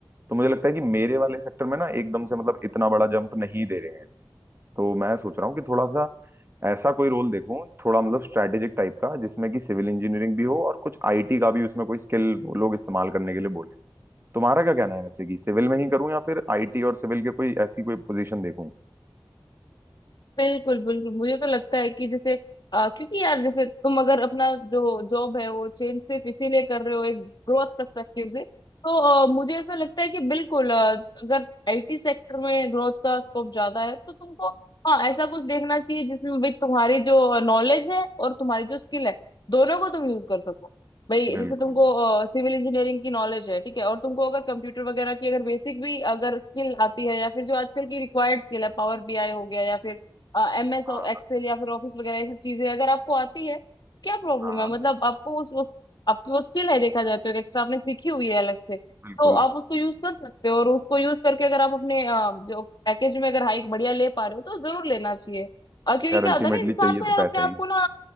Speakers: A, on the right; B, on the left.
A: तो मुझे लगता है कि मेरे वाले सेक्टर में ना एकदम से मतलब इतना बड़ा जंप नहीं दे रहे हैं तो मैं सोच रहा हूँ कि थोड़ा सा ऐसा कोई रोल देखूं थोड़ा मतलब स्ट्रैटेजिक टाइप का जिसमें कि सिविल इंजीनियरिंग भी हो और कुछ आईटी का भी उसमें कोई स्किल वो लोग इस्तेमाल करने के लिए बोले तुम्हारा क्या कहना है वैसे कि सिविल में ही करूं या फिर आईटी और सिविल के कोई ऐसी कोई पोजीशन देखूं
B: बिल्कुल बिल्कुल मुझे तो लगता है कि जैसे अ, क्योंकि यार जैसे तुम अगर अपना जो जॉब है वो चेंज सिर्फ इसीलिए कर रहे हो एक ग्रोथ पर्सपेक्टिव से तो अ, मुझे ऐसा लगता है कि बिल्कुल अ, अगर आईटी सेक्टर में ग्रोथ का स्कोप ज्यादा है तो तुमको हाँ ऐसा कुछ देखना चाहिए जिसमें भी तुम्हारी जो नॉलेज है और तुम्हारी जो स्किल है दोनों को तुम यूज कर सको भाई
A: बिल्कुल
B: जैसे तुमको सिविल इंजीनियरिंग की नॉलेज है ठीक है और तुमको अगर कंप्यूटर वगैरह की अगर बेसिक भी अगर स्किल आती है या फिर जो आजकल की रिक्वायर्ड स्किल है पावर बीआई हो गया या फिर एम एस
A: हाँ
B: एक्सेल या फिर ऑफिस वगैरह ये सब चीजें अगर आपको आती है क्या प्रॉब्लम
A: हाँ
B: है मतलब आपको उस उस- आपकी वो स्किल है देखा जाए तो एक एक्स्ट्रा आपने सीखी हुई है अलग से तो
A: बिल्कुल
B: आप उसको यूज कर सकते हो और उसको यूज करके अगर आप अपने अ, जो पैकेज में अगर हाइक बढ़िया ले पा रहे हो तो जरूर लेना चाहिए और क्योंकि
A: यार
B: क्या
A: अल्टीमेटली
B: होता है ना इंसान
A: चाहिए
B: को
A: तो
B: यार
A: पैसा
B: अपने आप
A: ही
B: को ना